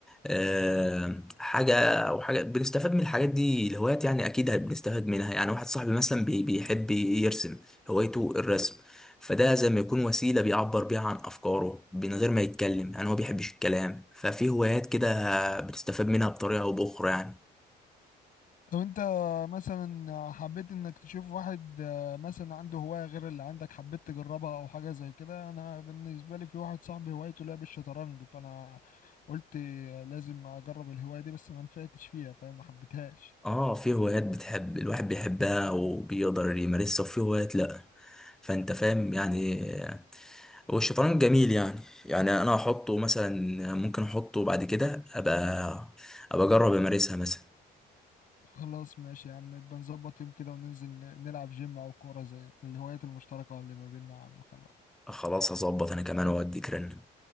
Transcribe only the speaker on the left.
لو انت مثلا حبيت انك تشوف واحد آه، مثلا عنده هواية غير اللي عندك حبيت تجربها او حاجة زي كده انا بالنسبة لي في واحد صاحبي هوايته لعب الشطرنج فانا قلت لازم اجرب الهواية دي بس ما نفعتش فيها فاهم ما حبيتهاش
خلاص ماشي يا عم يبقى نظبط يوم كده وننزل نلعب جيم او كورة زي الهوايات المشتركة اللي ما بيننا يا عم خلاص